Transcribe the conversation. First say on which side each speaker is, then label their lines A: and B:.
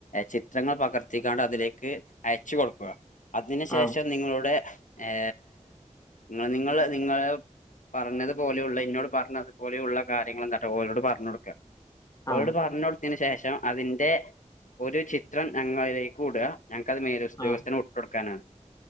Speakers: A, on the left (about 85°); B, on the left (about 25°).
A: ചിത്രങ്ങൾ പകർത്തിക്കാണ്ട് അതിലേക്ക് അയച്ചു കൊടുക്കുക. അതിന് ശേഷം
B: ആഹ്
A: നിങ്ങളുടെ ഏ നിങ്ങ നിങ്ങള് നിങ്ങള് പറഞ്ഞത്പോലെയുള്ള ഇന്നോട് പറഞ്ഞതു പോലെയുള്ള കാര്യങ്ങൾന്താട്ടാ ഓരോട് പറഞ്ഞ് കൊടുക്ക ഓരോട്
B: ആഹ്
A: പറഞ്ഞ് കൊടുത്തന് ശേഷം അം അതിന്റെ ഒരു ചിത്രം ഞങ്ങളിലേക്കു ഇടുക. ഞങ്ങക്ക്ത് മേലസ്ദ്യോഗസ്ഥന്
B: ആഹ്
A: വിട്ട് കൊടുക്കാനാണ്